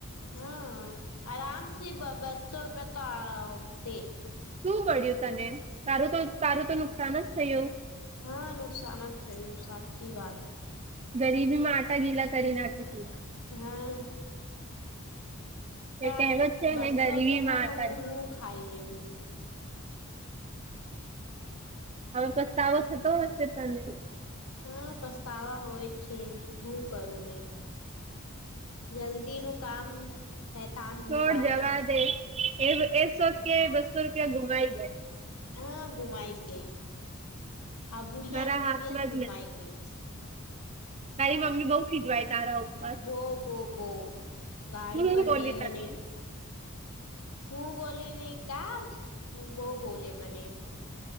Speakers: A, on the left (about 85°); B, on the right (about 30°).
A: હા આરામ સ બસો રૂપિયા તો આવતે
B: શું મળિયું તને તારું તો તારું તો નુકસાન જ થયું
A: હા નુકસાન જ થયું સાચી વાત
B: ગરીબી મા આટા ગીલા કરી નાખી તુ
A: હા ત
B: એ કહેવત છે
A: બસો
B: ને ગરીબીમાં
A: રૂપિયામાં તો
B: આટા
A: હું
B: ગીલા
A: હું ખાઈ લેઉ હું
B: હવે તો સારૂ થતો હશે તને
A: હા પછતાવા હોય છે હું કરું મેં જલ્દીનું કામ શૈતાનનું
B: છોડ
A: કામ
B: જવા દે એ એજ સોચ કે બસો રૂપિયા ગુમાઈ ગયા
A: હા ગુમાઈ ગઈ આ બુઢિયા
B: તારા
A: ના ધૂને
B: હાથમાં
A: જ ગુમાઈ
B: નથી
A: દવ
B: તારી મમ્મી બઉુ ખીજવાય તારા ઉપર
A: બો બો બો ગાડી
B: હું
A: પર
B: બોલી
A: દેવ
B: તને
A: અને હું બોલી નહી કા બહ બોલે મને